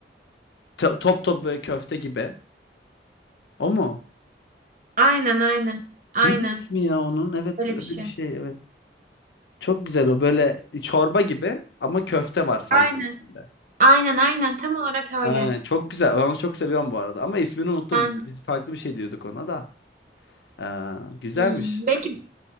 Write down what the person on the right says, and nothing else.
Aynen aynen. Aynen.
Öyle
bir şey.
Aynen.
Aynen aynen. Tam olarak öyle.
Ben
Hmm, belki